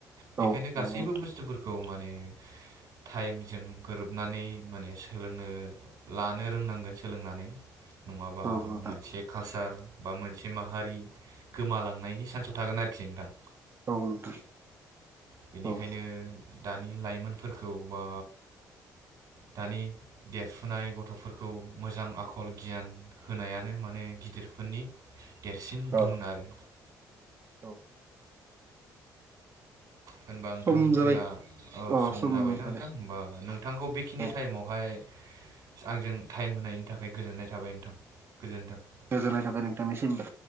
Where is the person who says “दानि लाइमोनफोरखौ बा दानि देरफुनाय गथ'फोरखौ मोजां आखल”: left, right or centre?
Right